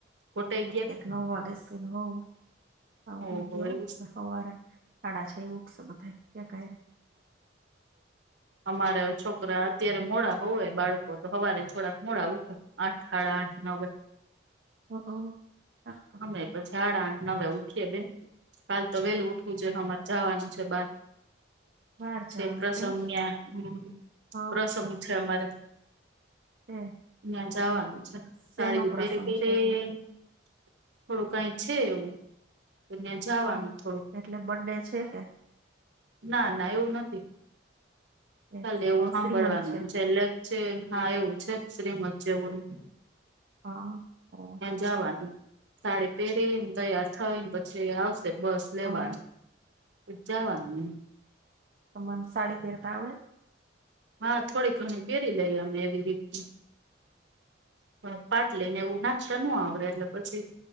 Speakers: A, on the right; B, on the right.
A: ગોટાઇ ગયા?
B: એનો મગસ એનો હવ, હાવ
A: ઓહો
B: કેમ
A: એવું છે.
B: બાપા. હવાર હાડાછએ ઊઠશે બધા, એક હારે.
A: અમારે હવે છોક છોકરા અત્યારે મોડા હુવે બાળકો તો હવારે થોડાક મોડા ઉઠે આઠ હાડા આઠ નવે.
B: હઅ આ
A: ને પછી હાડા આઠ નવે ઉઠીએ બે કાલ તો વેલું ઉઠવું છે હમારે જાવાનું છે બાર.
B: બહાર જવાનું
A: છે પ્રસંગ
B: કેમ
A: ન્યા, હમ
B: હ
A: પ્રસંગ છે અમારે.
B: છે
A: ઈયા જાવાનું
B: હ
A: છે.
B: શેનો
A: સાડીઓ
B: પ્રસંગ
A: પેરી પેરી
B: છે એટલે
A: ને થોડું કઈ છે એવું, તો ન્યા જાવાનું
B: હ
A: થોડુંક.
B: એટલે બર્ડે છે કે
A: ના ના એવું નથી.
B: એ
A: ખાલી એવું
B: તો
A: હાભળવાનું
B: શ્રીમંત
A: છે લેગ છે હા એવું છે શ્રીમદ. જેવું એમ.
B: હહ હોવે.
A: જાવાનું સાડી પહેરી ને, તૈયાર થઈ ને પછી આવશે બસ. લેવા
B: હા
A: ને પછી જાવાનું.
B: તમારે સાડી પેરતા આવડે?
A: હા થોડી ઘણી પહેરી લઈએ અમે એવી રીતના. હા પાટલી ને એવું નાખતા નો આવડે એટલે પછી